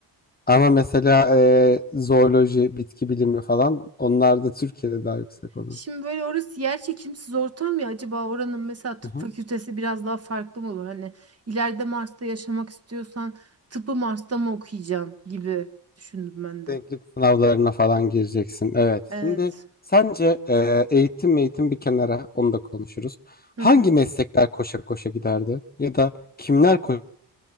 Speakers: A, on the left; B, on the right.
A: Ama mesela e, zooloji, bitki bilimi falan onlar da Türkiye'de daha yüksek olurdu.
B: Şimdi böyle orası yer çekimsiz ortam ya acaba oranın mesela tıp
A: Hı hı.
B: fakültesi biraz daha farklı mı olur? Hani ileride Mars'ta yaşamak istiyorsan tıpı Mars'ta mı okuyacaksın gibi düşündüm ben de.
A: Denklik sınavlarına falan gireceksin. Evet.
B: Evet.
A: Şimdi sence e, eğitim eğitim bir kenara onu da konuşuruz.
B: Hı
A: Hangi
B: hı.
A: meslekler koşa koşa giderdi? Ya da kimler koşa